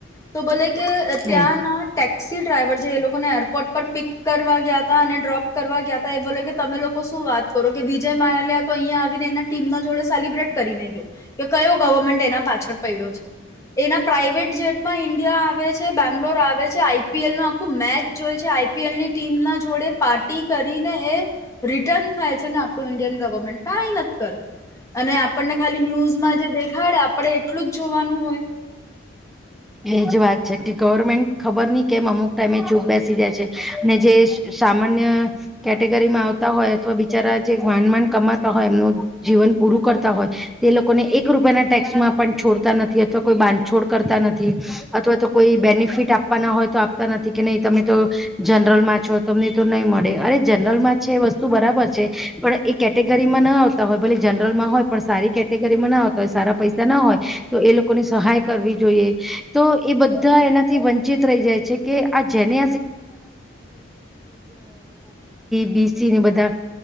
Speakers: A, on the left (about 15°); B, in the centre.
A: તો ભલે કે
B: હમ
A: ત્યાંના ટેક્સી ડ્રાઈવર છે એ લોકોને એરપોર્ટ પર પિક કરવા ગયા હતા અને ડ્રોપ કરવા ગયા હતા એ બોલે કે તમે લોકો હું શું વાત કરો કે વિજય માલ્યા તો અહિયા આવીને એ ટીમ ના જોડે સેલિબ્રેટ કરીને ગયો કે કયો તોમટેના એના પાછળ પડ્યો છે એના. પ્રાઇવેટ જેટમાં ઇન્ડિયા આવે છે બેંગ્લોર આવે છે આઈપીએલ નું આખું મેચ જોઈ છે આઈપીએલ ની ટીમ ના જોડે પાર્ટી કરીને એ રિટર્ન થાય છે ને આપણું ઇન્ડિયન ગવર્મેન્ટ કાંઈ નથી કરતું. અને આપણને ખાલી ન્યૂઝમાં જે દેખાડે આપે એટલું જ જોવાનું હોય <inaudible>
B: એજ વાત છે કે ગવર્મેન્ટ ખબર નહિ કેમ અમુક ટાઈમે ચૂપ બેસી જાય છે અનેને જે. સામાન્ય કેટેગરીમાં આવતા હોય અથવા બિચારા જે માનમાન કમાતા હોય એમનું જીવન પુરુ પરુ કરતા હોય તે લોકોને એક રૂપિયાના ટેક્સમાં પણ છોડતા નથી અથવાતો કોઈ બાંધછોડ કરતા નથી અથવા તો કોઈ બેનિફિટ આપવાના હોય તો આપતા નથી કે નહી તમે તો જનરલ માં છો તમને તો નહીં મળે અરે ને જનરલમાં છે વસ્તુ બરાબર છે પણ એ કેટેગરીમાં ન આવતા હોય ભલે જનરલમાં હોય પણ સારી કેટેગરીમાં ના આવતા હોય સારા પૈસા ના હોય તો એ લોકો ની સહાય કરવી જોઈએ તો એ બધા એનાથી વંચિત રહી જાય છે કે આ જેને બી બી બધા